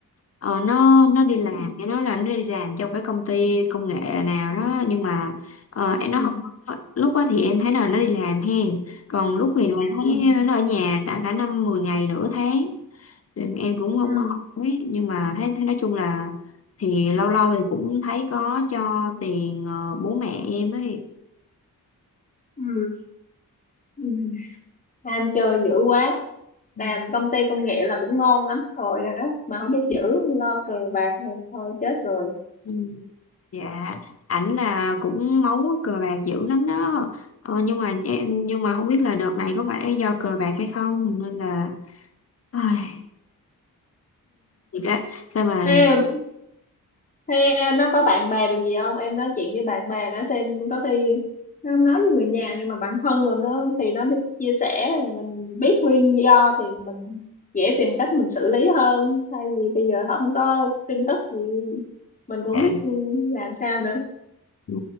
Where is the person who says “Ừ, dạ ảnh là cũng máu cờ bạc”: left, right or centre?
Left